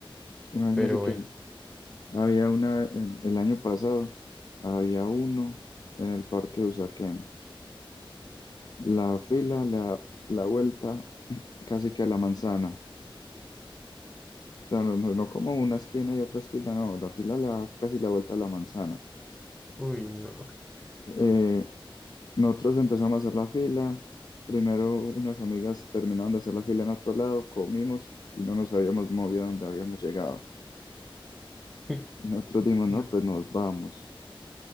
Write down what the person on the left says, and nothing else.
imagínese
que había una, el, el año pasado, había uno en el parque de Usaquén, la fila, la, la vuelta <clears throat> casi que a la manzana, o sea, no, no, no como una esquina y otra esquina, no, la fila la, casi la vuelta a la manzana.
Eh, nosotros empezamos a hacer la fila. Primero unas amigas terminaron de hacer la fila en otro lado, comimos y no nos habíamos movido a donde habíamos llegado.
Y nosotros dijimos, no,
pues nos vamos.